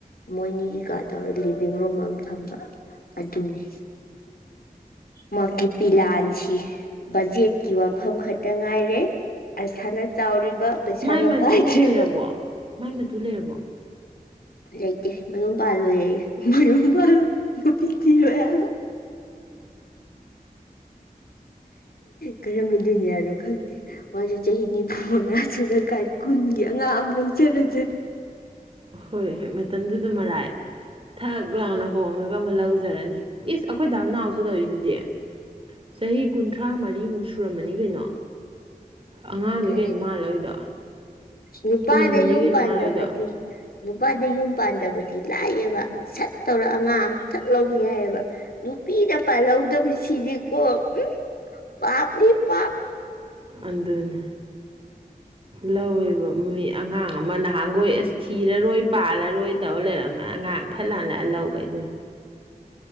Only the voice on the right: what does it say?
ꯃꯥꯏ
ꯃꯇꯨ
ꯂꯩꯔꯕꯣ ꯃꯥꯏ ꯃꯇꯨ ꯂꯩꯔꯕꯣ
ꯍꯣꯏ ꯍꯣꯏ ꯃꯇꯝꯗꯨꯗ ꯃꯔꯥꯏ ꯊꯛ ꯂꯥꯎꯅ ꯍꯣꯡꯉꯒ ꯑꯃ ꯂꯧꯖꯔꯅꯤ ꯌꯦꯁ ꯑꯩꯈꯣꯏ ꯗꯥ ꯅꯅꯥꯎꯁꯨ ꯇꯧꯔꯤꯗꯨꯗꯤ ꯆꯍꯤ ꯀꯨꯟꯊ꯭ꯔꯥ ꯃꯔꯤꯃꯨꯛ ꯁꯨꯔꯝꯃꯅꯤ ꯀꯩꯅꯣ ꯑꯉꯥꯡꯅꯤ
ꯀꯩꯅꯣ ꯃꯥꯜꯂꯣꯏꯗ
ꯀꯨꯟꯅꯤ
ꯀꯩꯅꯣ
ꯃꯥꯜꯂꯣꯏꯗ
ꯑꯗꯨꯅꯤ ꯂꯧꯋꯦꯕ ꯃꯤ ꯑꯉꯥꯡ ꯑꯃ ꯅꯍꯥꯟꯈꯣꯏ ꯑꯁ ꯊꯤꯔꯔꯣꯏ ꯄꯥꯜꯂꯔꯣꯏ ꯇꯧꯔ ꯂꯩꯔꯝꯃꯅꯤ ꯑꯉꯥꯡ ꯐꯠꯅ ꯍꯜꯂꯑ ꯂꯧꯒꯦ ꯑꯗꯨꯅꯤ